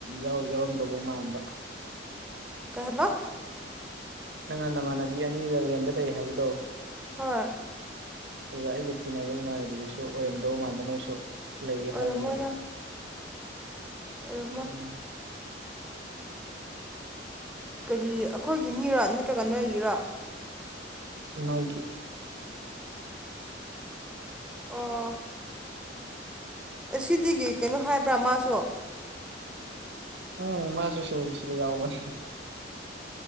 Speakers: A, on the right (about 70°); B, in the centre.
A: ꯌꯥꯎ ꯌꯥꯎꯔꯝꯗꯧꯕ ꯃꯥꯟꯕ
B: ꯀꯩꯍꯥꯏꯕꯥ
A: ꯅꯪꯅ ꯅꯃꯥꯟꯅꯕꯤ ꯑꯅꯤꯒ ꯔꯦꯟꯗ ꯂꯩ ꯍꯥꯏꯕꯗꯣ
B: ꯍꯣꯏ
A: ꯑꯗꯨꯒ ꯑꯩꯒ ꯇꯤꯟꯅꯕ ꯏꯃꯥꯟꯅꯕꯤꯗꯨꯁꯨ ꯑꯣꯏꯔꯝꯗꯧ ꯃꯥꯟꯗ ꯃꯣꯏꯁꯨ ꯂꯩ
B: ꯑꯣꯏꯔꯝꯃꯣꯏꯗ
A: ꯍꯥꯏꯕꯅꯦꯕ
B: ꯑꯣꯏꯔꯝꯃꯣꯏ
A: ꯎꯝ
B: ꯀꯔꯤ ꯑꯩꯈꯣꯏꯒꯤ ꯃꯤꯔ ꯅꯠꯇ꯭ꯔꯒ ꯅꯣꯏꯒꯤꯔ
A: ꯅꯣꯏꯒꯤ꯫
B: ꯑꯣ ꯑꯁꯤꯗꯒꯤ ꯀꯩꯅꯣ ꯍꯥꯏꯕ꯭ꯔꯥ ꯃꯥꯁꯨ
A: ꯎꯝ ꯃꯥ ꯁꯨꯁꯤꯗ ꯁꯨꯁꯤꯗ ꯌꯥꯎꯒꯅꯤ